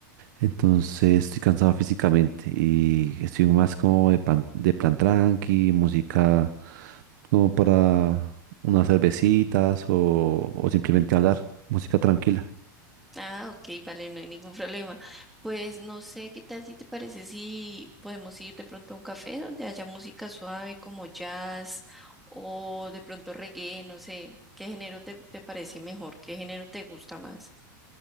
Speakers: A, on the right; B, in the centre.
A: entonces estoy cansado físicamente y estoy más como de plan, de plan tranqui, música como para unas cervecitas o, o simplemente hablar, música tranquila.
B: Ah, ok, vale, no hay ningún problema. Pues no sé, ¿qué tal si te parece si podemos ir de pronto a un café donde haya música suave como jazz o de pronto reggae, no sé, ¿qué género te, te parece mejor? ¿Qué género te gusta más?